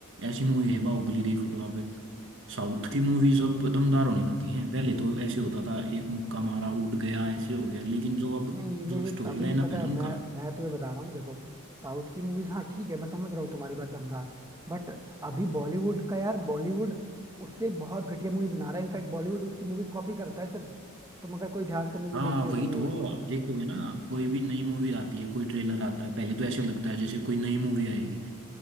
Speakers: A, on the right; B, on the right.
A: ऐसी मूवी है बाहुबली देख लो आप साउथ की मूवीज अब दमदार होने लगी हैं पहले तो ऐसे होता था एक मुक्का मारा उठ गया ऐसे हो गया लेकिन जो अब
B: नहीं
A: जो
B: लेकिन
A: स्टोरी
B: अभी
A: लाइनअप
B: पता
A: है ना
B: है
A: उनका
B: मैं मैं तुम्हें बता रहा हूँ देखो साउथ की मूवीज हाँ ठीक है मैं समझ रहा हूँ तुम्हारी बात दमदार बट अभी बॉलीवुड का यार बॉलीवुड उससे बहुत घटिया मूवी बना रहा है इनफैक्ट बॉलीवुड उसकी मूवीज कॉपी करता है सिर्फ तुम अगर कोई ध्यान से मूवी
A: हाँ
B: देखी हो
A: वही
B: तुमने
A: तो
B: अगर तो
A: आप देखोगे ना कोई भी नई मूवी आती है कोई ट्रेलर आता है पहले तो ऐसे लगता है जैसे कोई नई मूवी आएगी